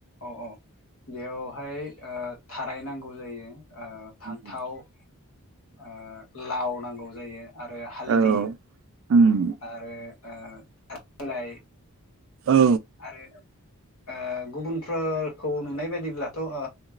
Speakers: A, on the left (about 65°); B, on the right (about 60°).
A: अह अह। बेयावहाय ओ थाराय नांगौ जायो। ओ फान्थाव
B: उम
A: ओ लाव नां गौ जायो। आरो हालदि
B: औ उम
A: आरो ओ लाय
B: औ
A: आरो ओ गुबुनफोरखौ नुनाय बायदिब्लाथ' ओ